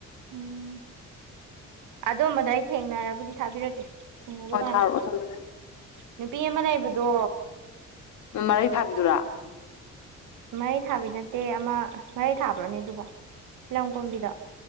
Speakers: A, on the right; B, on the left.
A: ꯎꯝ ꯑꯗꯨꯝꯕꯗꯣ ꯑꯩ ꯊꯦꯡꯅꯔ ꯕꯨꯗꯤ ꯊꯥꯕꯤꯔꯛꯀꯦ ꯊꯦꯡꯅꯕ
B: ꯍꯣꯏ
A: ꯀꯥꯟꯗ
B: ꯊꯥꯔꯛꯑꯣ ꯊꯝꯕꯅꯦ
A: ꯅꯨꯄꯤ ꯑꯃ ꯂꯩꯕꯗꯣ
B: ꯎꯝ ꯃꯔꯩ ꯊꯥꯕꯤꯗꯨꯔꯥ
A: ꯃꯔꯩ ꯊꯥꯕꯤ ꯅꯠꯇꯦ ꯑꯃ ꯃꯔꯩ ꯊꯥꯕ꯭ꯔꯣꯅꯦ ꯑꯗꯨꯕꯣ ꯐꯤꯂꯝ ꯀꯨꯝꯕꯤꯗꯣ